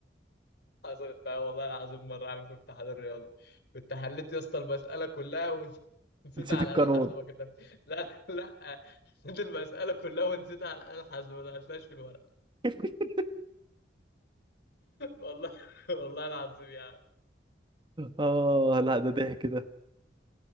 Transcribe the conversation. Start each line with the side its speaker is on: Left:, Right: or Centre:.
Left: حصلت معايا والله العظيم مرة عامل في امتحان الرياضة كنت حليت يا اسطى المسألة كلها ونسيت
Right: نسيت
Left: على
Right: القانون
Left: الآلة الحاسبة ما كتبت لا لا حليت المسألة كلها ونسيت على الآلة الحاسبة ما دخلتهاش في الورق
Right: <laughs>
Left: والله <laughs> والله العظيم يعني
Right: اه لا ده ضحك ده